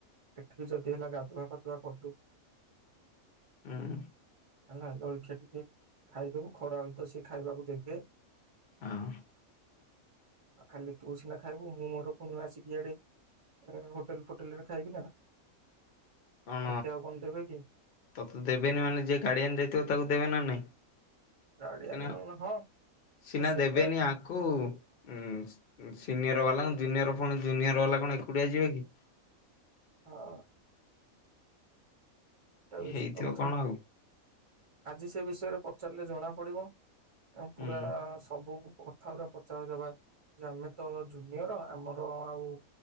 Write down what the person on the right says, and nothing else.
ଏଠିବି ଯଦି ହେଲା ଗାଧୁଆ ଫାଧୁଆ କରିଦବୁ
ହେଲା ଜଳଖିଆ ଟିକେ ଖାଇଦବୁ ଖରା ତ ସେ ଖାଇବାକୁ ଦେବେ
ଆଉ ଖାଲି ତୁ ସିନା ଖାଇବୁ ମୁଁ ମୋର ପୁଣି ଆସିକ ୟାଡେ ଏ ହୋଟେଲ୍ ଫୋଟେଲ୍ ରେ ଖାଇବି ନା
ମତେ ଆଉ କଣ ଦେବେ କି?
ଗାର୍ଡିଆନ
ହଁ
ହଁ ସେଟା
ହଁ। ଏଟା ବି
ସତ କଥା
ଆଜି ସେ ବିଷୟରେ ପଚାରିଲେ ଜଣା ପଡିବ। କଁ ପୁରା
ସବୁ କୁ କଥା ପୁରା ପଚାରଦବା ଯେ ଆମେ ତ ଜୁନିୟର ଆମର ଆଉ